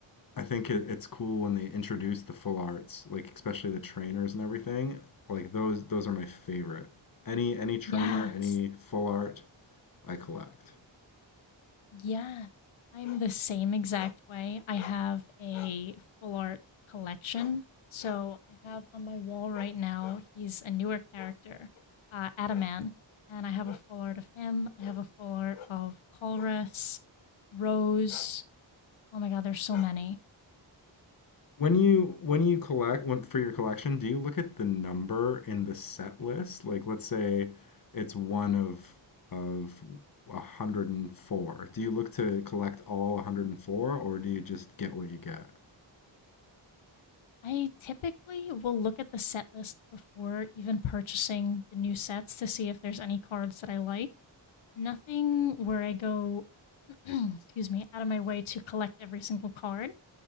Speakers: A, on the left; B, on the left.
A: I think it, it's cool when they introduce the full arts, like especially the trainers and everything. Like those those are my favorite. Any any trainer,
B: Yes.
A: any full art, I collect.
B: Yeah, I'm the same exact way. I have a full art collection. So I have on my wall right now, he's a newer character, uh, Adaman. And I have a full art of him. I have a full art of Colress, Rose. Oh my God, there's so many.
A: When you when you collect when, for your collection, do you look at the number in the set list? Like, let's say it's one of of 104. Do you look to collect all 104, or do you just get what you get?
B: I typically will look at the set list before even purchasing the new sets to see if there's any cards that I like. Nothing where I go, <clears throat> excuse me, out of my way to collect every single card.